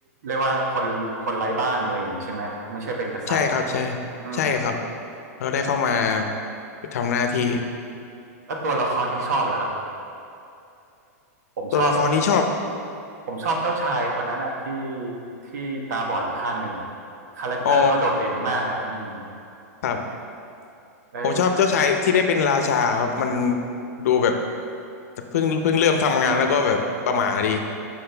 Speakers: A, on the right; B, on the left.
A: เรียกว่าคนคนไร้บ้านอะไรอย่างนี้ใช่ไหมไม่ใช่เป็นกษัตริย์
B: ใช่ครับใช่
A: อืม
B: ใช่ครับเราได้เข้ามาทำหน้าที่
A: แล้วตัวละครที่ชอบล่ะครับผมชอบ
B: ตัวละครนี้ชอบ
A: ผมชอบเจ้าชายคนนั้นอ่ะที่ที่ตาบอดอยู่ข้างหนึ่งอ่ะคาแรคเตอร์เขาโดดเด่นมากอ่ะอืม
B: อ๋อครับ
A: เออ
B: ผมชอบเจ้าชายที่ได้เป็นราชาครับมันดูแบบเพิ่งเพิ่งเริ่มทำงานแล้วก็แบบประหม่าดี